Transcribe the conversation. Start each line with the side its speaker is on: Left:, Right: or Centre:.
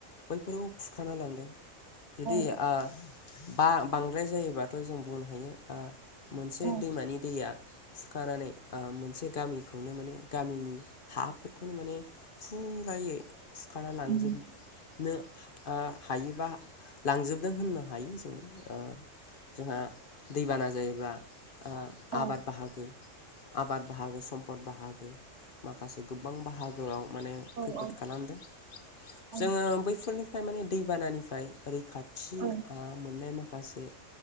Left: बैफोरखौ खुरखाना लांदों। जुदि
Right: औ
Left: ओ बा-बांद्राय जायोबाथ' जों बुंनो हायो ओ मोनसे
Right: औ
Left: दैमानि दैया खुरखानानै मोनसे ओ गामिखौनो माने गामिनि हाफोरखौनो माने फुरायै खुरखाना लांजोबनो
Right: उम
Left: ओ हायोबा लांजोबदों होननो हायो जों ओ जोंहा दैबाना जायोब्ला ओ
Right: औ
Left: आबाद बाहागो, आबाद बाहागो सम्पद बाहागो माखासे गो बां बाहागोआव माने खैफोद
Right: औ
Left: खालामदों। जोङो
Right: औ
Left: बैफोरनि फ्राय माने दैबानानिफ्राय रैखाथि
Right: औ
Left: ओ मोननाय माखासे